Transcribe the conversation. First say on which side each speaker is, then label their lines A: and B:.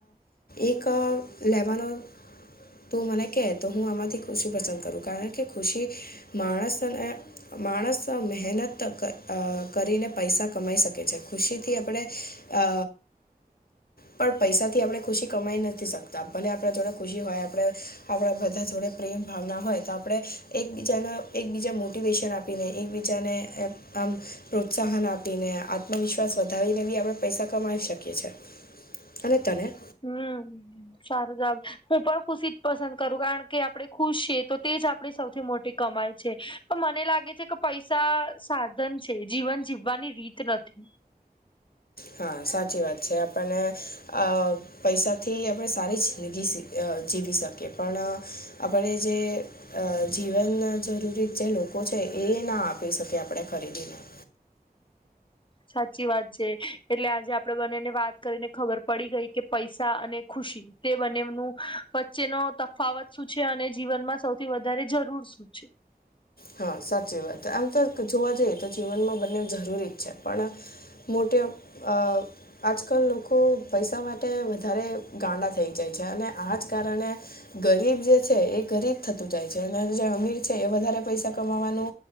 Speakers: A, on the left; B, on the left.
A: એક લેવાનોનો તો મને કે તો હું આમાંથી ખુશી પસંદ કરું કારણ કે ખુશી માણસને માણસ મહેનત અ કરીને પૈસા કમાઈ શકે છે, પરંતુ ખુશી આપણે અ પણ પૈસાથી આપણે ખુશી કમાઈ નથી શકતા, ભલે આપણા જોડે ખુશી હોય. આપણા બધા જોડે પ્રેમભાવના હોય તો આપણે એકબીજાના એકબીજા મોટીવેશન આપ પીને એકબીજાને આમ પ્રોત્સાહન આપીને આત્મવિશ્વાસ વધારીને આપણે પૈસા કમાઈ શકીએ છીએ. અને તને
B: હમ સારું જવાબ, હું પણ ખુશી જ પસંદ કરું છું, કારણ કે આપણે ખુશ છીએ તો એ જ આપણી સૌથી મોટી કમાઈ છે. મને લાગે છે કે પૈસા સાધન છે, જીવન જીવવાની રીત નથી.
A: હા, સાચી વાત છે. આપણને અ પૈસાથી આપણે સારી જિંદગી સી જીવી શકીએ, પણ આપણે જે અ જીવનમાં જરૂરી જે લોકો છે, એ ના આપી શકે ખરીદીને <inaudible>
B: સાચી વાત છે. એટલે આજે આપણે બંનેને વાત કરીને ખબર પડી ગઈ કે પૈસા અને ખુશી એ બંનેવનો વચ્ચેનો તફાવત શું છે અને જીવનમાં સૌથી વધારે જરૂર શું છે.
A: હા, સાચી વાત છે. આમ તો જોવા જઈએ તો જીવનમાં બંને જરૂરી છે, પણ મોટે અ આજકાલ લોકો પૈસા માટે વધારે ગાંડા થઈ જાય છે, અને આ જ કારણે ગરીબ જે છે એ ગરીબ થતો જાય છે અને જે અમીર છે એ વધારે પૈસા કમાવાનો